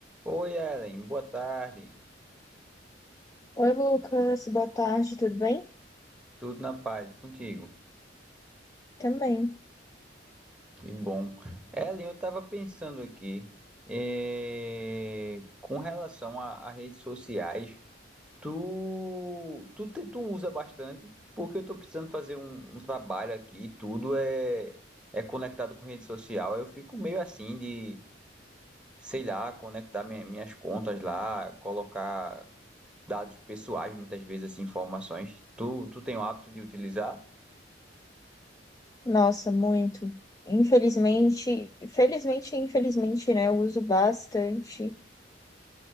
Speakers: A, in the centre; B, on the left (about 20°).
A: Oi, Ellen, boa tarde.
B: Oi, Lucas, boa tarde, tudo bem?
A: Tudo na paz e contigo?
B: Também.
A: Que bom. Ellen, eu estava pensando aqui, eh, com relação a, a redes sociais, tu, tu, te- tu usa bastante, porque eu estou precisando fazer um, um trabalho aqui, e tudo é, é conectado com rede social. Eu fico meio assim de, sei lá, conectar minha- minhas contas lá, colocar dados pessoais, muitas vezes, assim, informações. Tu, tu tem o hábito de utilizar?
B: Nossa, muito. Infelizmente, felizmente e infelizmente, né? Eu uso bastante.